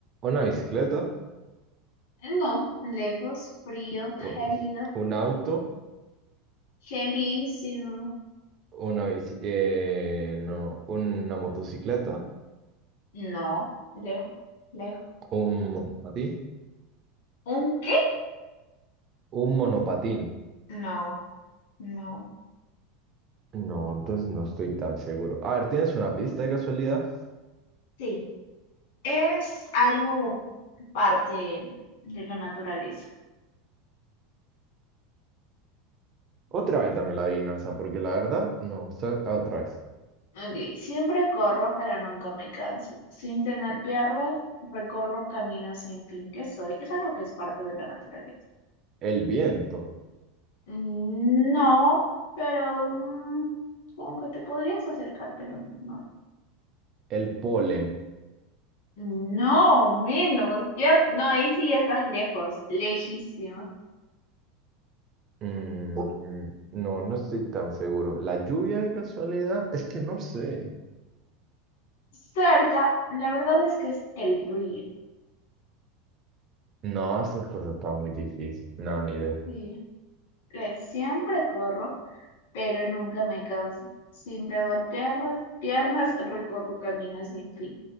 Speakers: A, on the right; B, on the left.
A: Una bicicleta,
B: No, lejos, frío,
A: un,
B: gélido,
A: un auto,
B: gelísimo.
A: una bici, eh, no, una motocicleta,
B: No, lejos, lejos.
A: un monopatín,
B: ¿Un qué?
A: un monopatín.
B: No, no.
A: No, entonces no estoy tan seguro. A ver, ¿tienes una pista de casualidad?
B: Sí, es algo parte de la naturaleza.
A: Otra vez dame la adivinanza, porque la verdad, no, sa- ah, otra vez.
B: Ok, siempre corro, pero nunca me canso. Sin tener piernas, recorro caminos sin fin que soy. Eso es lo que es parte de la naturaleza.
A: El viento,
B: Mm, No, pero mm, supongo que te podrías acercar, pero no, no. es.
A: el polen.
B: No, menos. Ya, no, ahí sí ya estás lejos, lejísimo.
A: Mm, no, no estoy tan seguro. ¿La lluvia de casualidad? Es que no sé.
B: Cerca, la verdad es que es el río.
A: No, esas cosas estaban muy difíciles. No, ni idea.
B: Sí, le- siempre corro pero nunca me canso. Sin temor piernas, piernas recorro caminos sin fin.